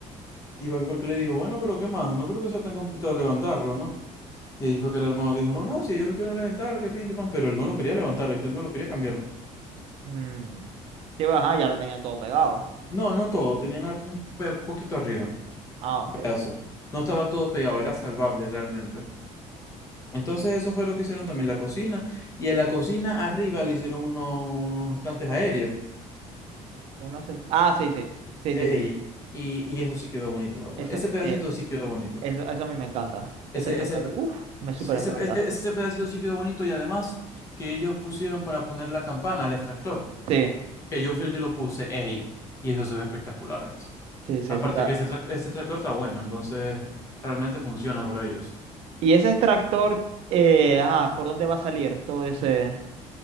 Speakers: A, on the left (about 25°); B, on the right (about 50°).
A: Y papi fue el que le dijo, bueno, pero ¿qué más? No creo que sea tan complicado levantarlo, ¿no? Y ahí fue que el hermano dijo, no, no, si ellos lo quieren levantar, que pin, que pan, pero él no lo quería levantar, ¿viste? Él no lo quería cambiar.
B: mm. Sí, bueno, ajá, ya lo tenían todo pegado.
A: No, no todo, tenían la- un pe- poquito arriba,
B: Ah, ok,
A: un pedazo.
B: ok.
A: No estaba todo pegado, era salvable realmente. Entonces eso fue lo que hicieron también la cocina, y en la cocina arriba le hicieron unos, unos estantes aéreos.
B: Uno se- Ah, sí, sí. Sí, sí,
A: Ey,
B: sí.
A: y, y eso sí quedó bonito, la verdad.
B: Eso,
A: Ese pedacito
B: sí.
A: sí quedó bonito.
B: Eso, eso a mí me encanta. Ese
A: Ese,
B: plato
A: ese, pe-
B: de- Uf, me súper
A: ese,
B: encanta.
A: ese ese pedacito sí quedó bonito y además que ellos pusieron para poner la campana, el extractor.
B: Sí,
A: que yo fui el que lo puse, ey, y eso se ve espectacular, este.
B: sí, sí,
A: Aparte
B: eso está.
A: que ese tra- este tractor está bueno, entonces realmente funciona para ellos.
B: Y ese extractor, eh, ajá, ¿por dónde va a salir todo ese.